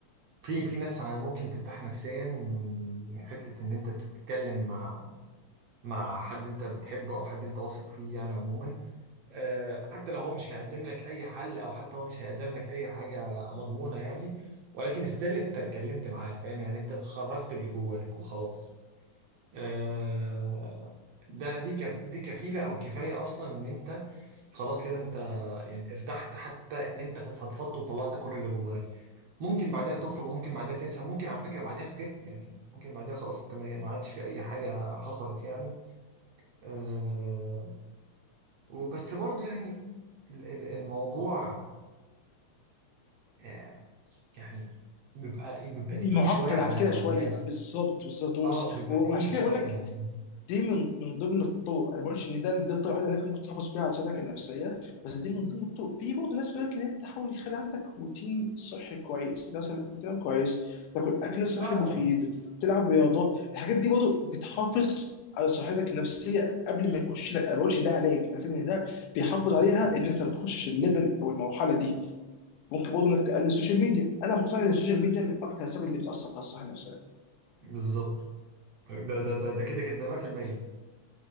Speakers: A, on the right; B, on the left.
A: في في ناس على ممكن ترتاح نفسيا من حته ان انت تتكلم مع مع حد انت بتحبه او حد انت واثق فيه يعني عموما آه، حتى لو هو مش هيقدم لك اي حل او حتى هو مش هيقدم لك اي حاجه مضمونه يعني ولكن ستيل انت اتكلمت معاه فاهم يعني انت خرجت اللي جواك وخلاص آه، ده دي كف دي كفيله او كفايه اصلا ان انت خلاص كده انت يعني ارتحت حتى ان انت فضفضت وطلعت كل اللي جواك ممكن بعدها تخرج وممكن بعدها تنسى ممكن على فكره بعدها تخف يعني ممكن بعدها خلاص انت ما ما عادش في اي حاجه حصلت يعني آه، وبس برضه يعني ال- ال- الموضوع آه، يعني بيبقى بيبقى تقيل
B: معقد
A: شوية على
B: عن كده
A: على
B: شويه
A: ناس
B: بالظبط بالظبط ومش-
A: اه بيبقى
B: وعشان
A: تقيل
B: كده
A: شوية
B: بقول لك
A: يعني
B: دي من من ضمن الطرق انا ما بقولش ان ده ده الطريقه الوحيده اللي انت ممكن تحافظ بيها على صحتك النفسيه بس دي من ضمن الطرق في برضه ناس بتقول لك ان انت تحاول يخلي عندك روتين صحي كويس ده مثلا ممكن تنام كويس تاكل اكل صحي
A: لا
B: مفيد تلعب رياضه الحاجات دي برضه بتحافظ على صحتك النفسيه قبل ما يخش لك انا ما بقولش ان ده علاج انا بتكلم ان ده بيحافظ عليها ان انت ما تخشش الليفل او المرحله دي ممكن برضه انك تقلل السوشيال ميديا انا مقتنع ان السوشيال ميديا من اكتر الاسباب اللي بتاثر على الصحه النفسيه
A: بالظبط ده ده ده ده كده كده ده 100%